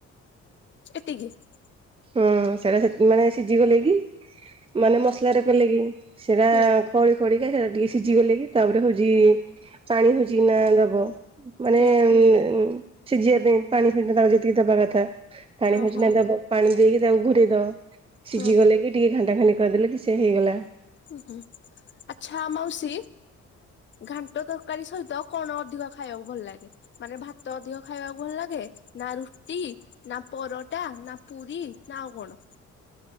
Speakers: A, on the left; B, on the right.
A: <unintelligible>
B: ହଁ ସେଇଟା ସେ ମାନେ ସିଝି ଗଲେ କି ମାନେ ମସଲା ଗଲେ କି ସେଇଟା
A: ହୁଁ
B: କଳି କଳିକା ସେଇଟା ଟିକେ ସିଝିଗଲେ କି ତାପରେ ହଉଚି ପାଣି ହଉଚି ନା ଦବ ମାନେ
A: ହୁଁ
B: ଉ ସିଝିବା ପାଇଁ ପାଣି ହିଁ ଯେତିକି ଦବା କଥା ପାଣି
A: ଓହୋ
B: ହଉଛି ନା ଦବ ପାଣି ଦେଇକି ତାକୁ ଘୋରେଇଦବ ସିଝିଗଲେ
A: ହୁଁ
B: କି ଟିକେ ଘାଣ୍ଟା ଘାଣ୍ଟି କରିଦେଲେ କି ସେ ହେଇଗଲା
A: ଉଁ ହୁଁ। ଆଚ୍ଛା ମାଉସୀ ଘାଣ୍ଟ ତରକାରୀ ସହିତ କଣ ଅଧିକ ଖାଇବାକୁ ଭଲ ଲାଗେ? ମାନେ ଭାତ ଅଧିକ ଖାଇବାକୁ ଭଲ ଲାଗେ ନା ରୁଟି? ନା ପରଟା, ନା ପୁରୀ, ନା ଆଉ କଣ?